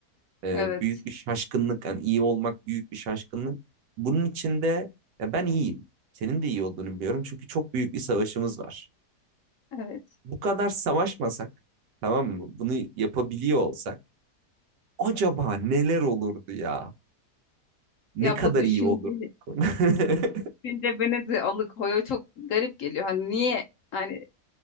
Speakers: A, on the right; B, on the left.
A: E,
B: Evet.
A: büyük bir şaşkınlık. Yani iyi olmak büyük bir şaşkınlık. Bunun içinde ya ben iyiyim. Senin de iyi olduğunu biliyorum. Çünkü çok büyük bir savaşımız var.
B: Evet.
A: Bu kadar savaşmasak, tamam mı? Bunu yapabiliyor olsak acaba neler olurdu ya? Ne
B: Ya
A: kadar
B: bu düşünce,
A: iyi olurduk. <laughs> Hı
B: düşünce beni de alıkoyuyor. Çok garip geliyor. Hani niye hani